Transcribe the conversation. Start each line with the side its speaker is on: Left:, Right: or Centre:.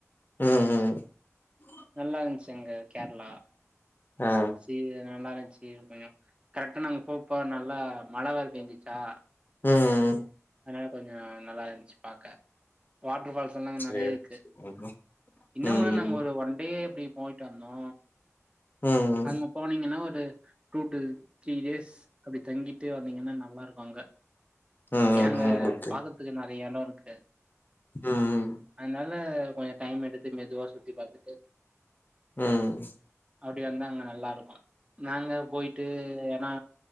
Left: ம் ம் ம்
Right: நல்லாருந்துச்சு அங்க கேரளா
Left: ஆ
Right: சீ நல்லாருந்துச்சு கொஞ்சொ கரெக்ட்டா நாங்க போப்போ நல்லா மழ வேற பேஞ்சுச்சா
Left: ம் ம்
Right: அதனால கொஞ்சொ நல்லா இருந்துச்சு பாக்க வாட்ரு ஃபால்ஸ் ஸெல்லா அங்க
Left: சேரி
Right: நெறைய இருக்கு
Left: ம்
Right: என்ன
Left: ம்
Right: ஒன்னு நாங்க ஒரு ஒன் டே அப்டி போயிட்டு வந்தோ
Left: ம்
Right: அங்க போனீங்கன்னா ஒரு டூ டு த்ரீ டேஸ் அப்டி தங்கிட்டு வந்தீங்கன்னா நல்லாருக்கும் அங்க
Left: ம்
Right: எனங்க
Left: ம் ஓகே
Right: பாக்குறதுக்கு நறைய இடோம் இருக்கு
Left: ம்
Right: அதனால கொஞ்சோம் டைம் எடுத்து மெதுவாக சுத்தி பாத்துட்டு
Left: ம்
Right: அப்டி வந்தா அங்க நல்லா இருக்கும் நாங்க போயிட்டு ஏன்னா